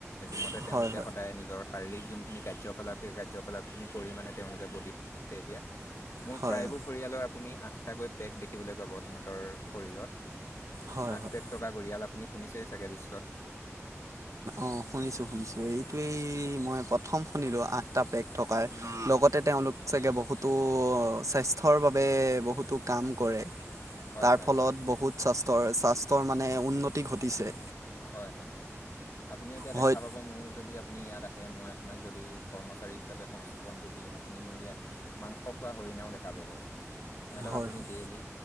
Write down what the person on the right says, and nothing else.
হয়
হয়
হয়
হয়
হয়
অ শুনিছো শুনিছো এইটো মই প্ৰথম শুনিলো আঠটা পেক থকাৰ লগতে তেওঁলোক চাগে বহুতো স্বাস্থ্যৰ বাবে বহুতো কাম কৰে।
তাৰ
ফলত বহুত স্বাস্থৰ স্বাস্থ্যৰ মানে উন্নতি ঘটিছে।
হয়
হয়
হয়